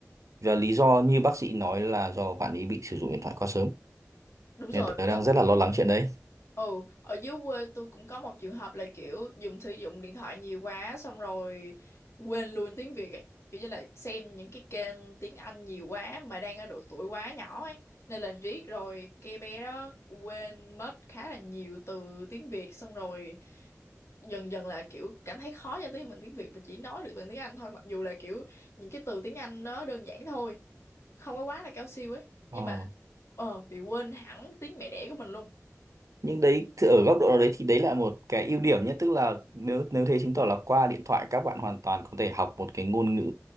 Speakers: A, on the right; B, on the left.
A: và lý do như bác sĩ nói là do bạn ấy bị sử dụng điện thoại quá sớm
B: đúng rồi
A: nên tôi đang
B: đúng
A: rất là lo lắng chuyện đấy
B: Ừ, ở dưới quê tôi cũng có một trường hợp là kiểu dùng sử dụng điện thoại nhiều quá xong rồi quên luôn tiếng Việt ấy. Kiểu như là xem những cái kênh tiếng Anh nhiều quá mà đang ở độ tuổi quá nhỏ ấy. Nên là riết rồi cái bé đó quên mất khá là nhiều từ tiếng Việt xong rồi dần dần là kiểu cảm thấy khó giao tiếp bằng tiếng Việt và chỉ nói được bằng tiếng Anh thôi mặc dù là kiểu những cái từ tiếng Anh nó đơn giản thôi. Không có quá là cao siêu ấy.
A: Ờ.
B: Nhưng mà ờ bị quên hẳn tiếng mẹ đẻ của mình luôn.
A: nhưng đấy thì ở góc độ nào đấy thì đấy là một cái ưu điểm nhé tức là nếu nếu thế chứng tỏ là qua điện thoại các bạn hoàn toàn có thể học một cái ngôn ngữ